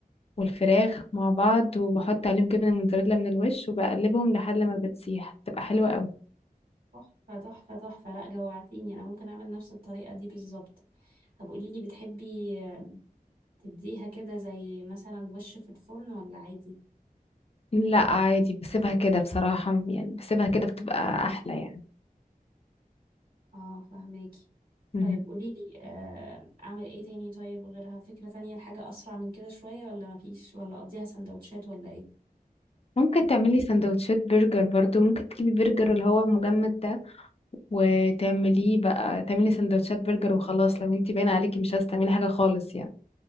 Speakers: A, on the left; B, on the right.
A: والفراخ مع بعض وبحط عليهم جبنة موتزاريلا من الوش وبقلبهم لحد ما بتسيح بتبقى حلوة قوي
B: تحفه تحفه تحفه لا جوعتيني انا ممكن اعمل نفس الطريقه دي بالظبط طب قولي لي بتحبي آه، تديها كده زي مثلا وش في الفرن ولا عادي
A: لا عادي بسيبها كده بصراحة يعني بسيبها كده بتبقى أحلى
B: اه فهماكي
A: يعني
B: طيب قولي لي آه، اعمل ايه تاني طيب غيرها فكره تانية الحاجه اسرع من كده شويه ولا مفيش ولا اقضيها سندوتشات ولا ايه
A: ممكن تعملي سندوتشات برجر برضو ممكن تجيبي برجر اللي هو مجمد ده وتعمليه بقى تعملي سندوتشات برجر وخلاص لو انتي باينه عليكي مش عايزه تعملي حاجه خالص يعني